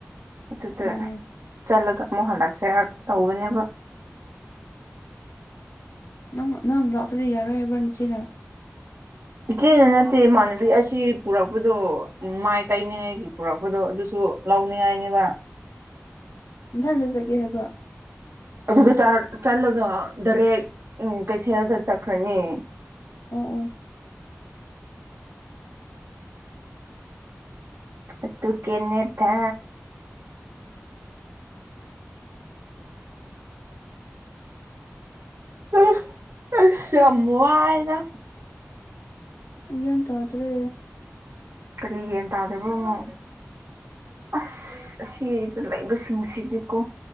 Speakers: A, on the right; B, on the left.
A: ꯑꯗꯨꯗ
B: ꯑꯣ
A: ꯆꯠꯂꯒ ꯑꯃꯨꯛ ꯍꯜꯂꯛꯁꯦꯔꯥꯛ ꯇꯧꯕꯅꯦꯕ
B: ꯑꯥ ꯅꯪ ꯂꯥꯛꯇꯔꯔꯤ ꯌꯥꯔꯣꯏ ꯌꯥꯕꯔꯅꯤꯁꯤꯅ
A: ꯏꯆꯦꯅ ꯅꯠꯇꯦ ꯏꯃꯥꯟꯅꯕꯤ ꯑꯁꯤ ꯄꯨꯔꯛꯄꯗꯣ ꯎꯝ ꯃꯥꯏ ꯇꯩꯅꯤꯡꯉꯥꯏꯒꯤ ꯄꯨꯔꯛꯄꯗꯣ ꯑꯗꯨꯁꯨ ꯂꯧꯅꯤꯡꯉꯥꯏꯅꯦꯕ꯫
B: ꯏꯊꯪꯅꯖꯒꯦ ꯍꯥꯏꯕ꯭ꯔꯣ
A: ꯑꯗꯨꯒ ꯆꯠꯂꯒ ꯗꯥꯔꯦꯛ ꯎ ꯀꯩꯊꯦꯜꯗ ꯆꯠꯈ꯭ꯔꯅꯤ
B: ꯑꯣ ꯑꯣ꯫
A: ꯑꯗꯨꯀꯤꯅꯦꯇ <unintelligible> ꯑꯁ ꯌꯥꯝ ꯋꯥꯢꯌꯦꯗ꯫
B: ꯌꯦꯟ ꯇꯗ꯭ꯔꯦ
A: ꯀꯔꯤ ꯌꯦꯟ ꯇꯥꯗꯕ꯭ꯔꯣ ꯑꯃꯣ ꯑꯁ ꯑꯁꯤꯗ ꯂꯩꯕꯁꯤꯡꯁꯤꯗꯤꯀꯣ